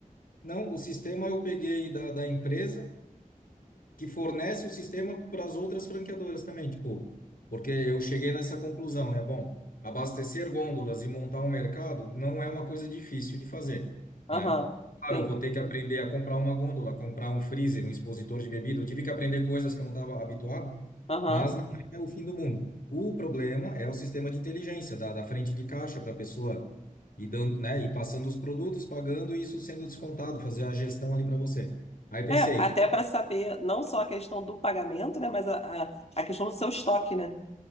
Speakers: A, on the left; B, on the left.
A: não, o sistema eu peguei da, da empresa. que fornece o sistema para as outras franqueadoras também, tipo, porque eu cheguei nessa conclusão, né? Bom, abastecer gôndolas e montar um mercado não é uma coisa difícil de fazer,
B: Aham,
A: né? Claro,
B: sim.
A: eu vou ter que aprender a comprar uma gôndola, comprar um freezer, um expositor de bebida. Eu tive que aprender coisas que eu não estava habituado,
B: Aham.
A: mas não é o fim do mundo. O problema é o sistema de inteligência da, da frente de caixa para a pessoa ir dando, né, e passando os produtos, pagando e isso sendo descontado, fazer a gestão ali para você. Aí pensei,
B: É, até para saber não só a questão do pagamento, né, mas a, a, a questão do seu estoque, né?